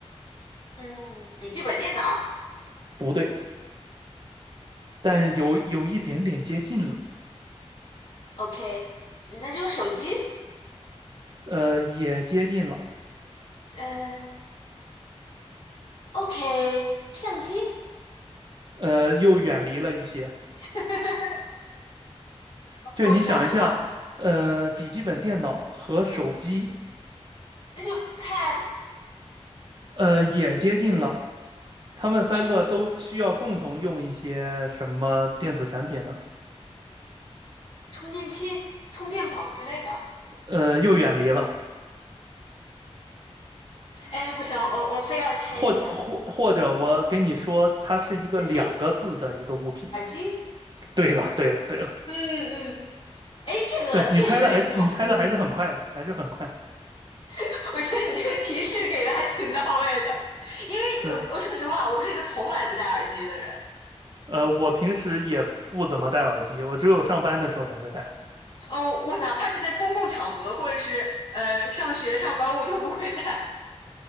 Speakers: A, on the left (about 55°); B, on the right (about 45°).
A: 嗯，笔记本电脑。
B: 不对，但有有一点点接近了，
A: 嗯，OK，嗯那就手机。
B: 呃，也接近了，
A: 嗯，OK，相机。
B: 呃，又远离了一些。
A: <laughs>
B: 就你想一下，
A: 我想一下，
B: 呃，笔记本电脑和手机。
A: 那就 Pad。
B: 呃，也接近了。他们三个都需要共同用一些什么电子产品呢？
A: 哎，充电器、充电宝之类的。
B: 呃，又远离了，
A: 哎，不行，我我非要猜出来不可。
B: 或者或或者我给你说，它是一个两个字的一个物品。
A: 耳机，耳机。
B: 对了，对了，对了，
A: 嗯嗯，哎，这个确实可以算。
B: 对，你猜的还是你猜的还是很快的，
A: 嗯嗯。
B: 还是很快。
A: <laughs> 我觉得你这个提示给的还挺到位的，因为我我说实话，
B: 对，
A: 我是一个从来不戴耳机的人。
B: 呃，我平时也不怎么戴耳机，我只有上班的时候才会戴。
A: 嗯，我哪怕是在公共场合，或者是呃上学上班，我都不会戴。